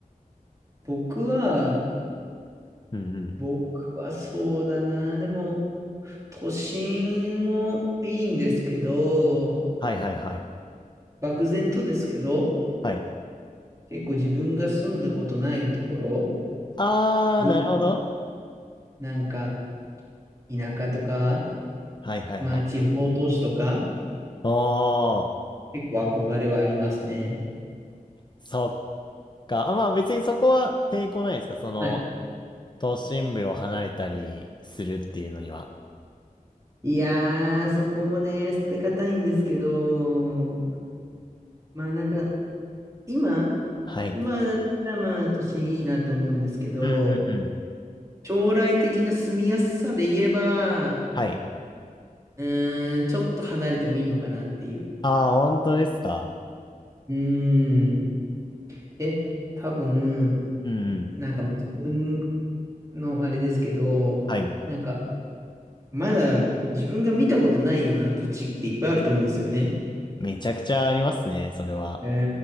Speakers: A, on the right (about 20°); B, on the left (about 30°).
A: 僕は、
B: うんうん。
A: 僕はそうだな。でも、都心もいいんですけど、
B: はいはいはい。
A: 漠然とですけど、
B: はい。
A: 結構自分が住んだことないところ、
B: あー、
A: ぐ、
B: なるほど。
A: なんか、田舎とか、
B: はいはいはい。
A: まあ、地方都市とか、
B: おー、
A: 結構憧れはありますね。
B: そっか、あ、まあ別にそこは抵抗ないですかその、
A: はい。
B: 都心部を離れたりするっていうのには。
A: いやー、そこもね、捨てがたいんですけど、まあなんか、今、
B: はい。
A: 今だったらまあ都心いいなと思うんですけど、
B: うんうんうん
A: 将来的な住みやすさで言えば、
B: はい。
A: うーん、ちょっと離れてもいいのかなっていう。
B: ああ、本当ですか
A: うーん。え、多分、
B: うん。うんうん。
A: なんかまあ自分のあれですけど、
B: はい。
A: なんかまだ自分が見たことないような土地っていっぱいあると思うんですよね。
B: めちゃくちゃありますね、それは。
A: う